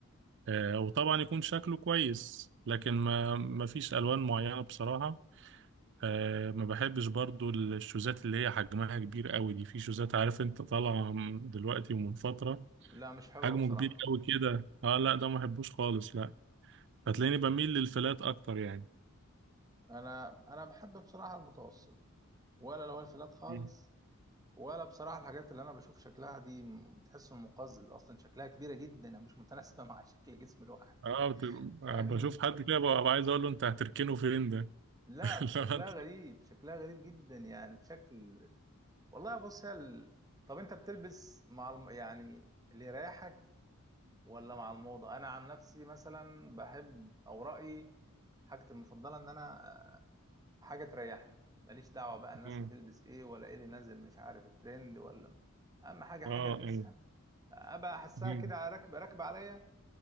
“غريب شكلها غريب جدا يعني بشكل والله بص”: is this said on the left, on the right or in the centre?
Right